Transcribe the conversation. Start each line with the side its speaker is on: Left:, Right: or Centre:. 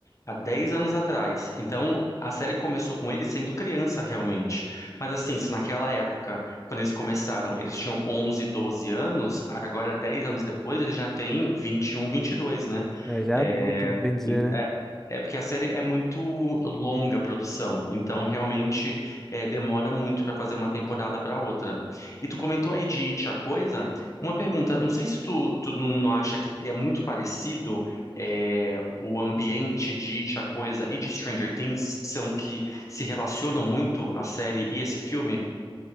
Left: há 10 anos atrás. Então, a série começou com ele sendo criança realmente. Mas assim, se naquela época, quando eles começaram, eles tinham 11, 12 anos, agora 10 anos depois, ele já tem 21, 22, né?
Centre: É, já
Left: É,
Centre: é adulto, bem dizer,
Left: ent- é,
Centre: né?
Left: é porque a série é muito longa a produção, então realmente é, demora muito para fazer uma temporada para outra. E tu comentou aí de It, a Coisa? Uma pergunta, não sei se tu, tu não, não acha que é muito parecido é, o ambiente de It, a Coisa e de Stranger Things, são que se relacionam muito a série e esse filme?